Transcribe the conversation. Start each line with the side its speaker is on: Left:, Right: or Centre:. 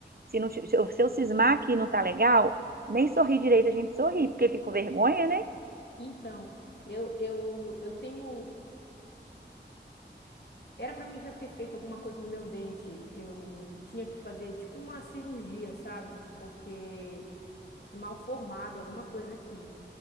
Right: Se não, ti- se eu se eu cismar que não tá legal, nem sorrir direito a gente sorri, porque fica com vergonha, né?
Left: Então, eu, eu, eu tenho. Era pra mim já ter feito alguma coisa no meu dente. Eu tinha que fazer tipo uma cirurgia, sabe? Porque é mal formado alguma coisa aqui.